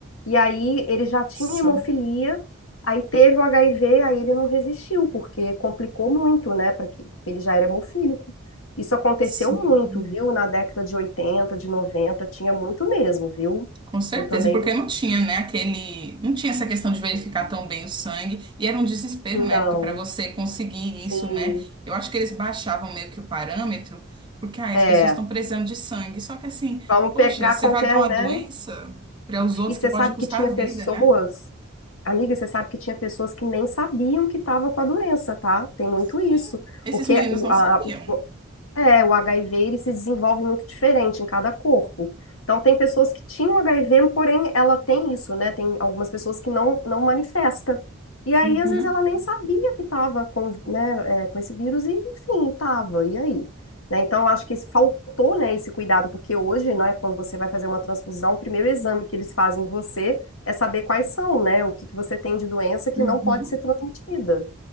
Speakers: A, on the left; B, on the right.
A: E aí ele já tinha
B: Isso.
A: hemofilia, aí teve o HIV, aí ele não resistiu, porque complicou muito, né? pra que- Porque ele já era hemofílico. Isso aconteceu
B: Sim.
A: muito, viu? Na década de 80, de 90 tinha muito mesmo, viu?
B: Com certeza,
A: Eu também
B: porque não tinha, né, aquele, não tinha essa questão de verificar tão bem o sangue, e era um desespero
A: não.
B: na época para você conseguir
A: Sim,
B: isso, né? Eu acho que eles baixavam meio que o parâmetro, porque ai,
A: é.
B: as pessoas estão precisando de sangue. Só que assim,
A: Vamos
B: poxa,
A: pegar
B: você
A: qualquer,
B: vai dar uma
A: né?
B: doença para os outros
A: E você
B: que pode
A: sabe
B: custar
A: que tinha
B: a
A: pessoas,
B: vida, né?
A: amiga, você sabe que tinha pessoas que nem sabiam que estava com a doença, tá? Tem muito
B: Sim,
A: isso.
B: esses
A: Porque
B: meninos
A: o-
B: não
A: a
B: sabiam.
A: É, o HIV ele se desenvolve muito diferente em cada corpo. Então, tem pessoas que tinham HIV, porém ela tem isso, né? Tem algumas pessoas que não, não manifesta. E aí,
B: Uhum,
A: às vezes, ela nem sabia que estava com, né, é, com esse vírus e, enfim, estava. E aí? Né? Então, eu acho que esse- faltou, né, esse cuidado, porque hoje, né, quando você vai fazer uma transfusão, o primeiro exame que eles fazem em você é saber quais são, né, o que que você tem de doença que
B: uhum.
A: não pode ser transmitida.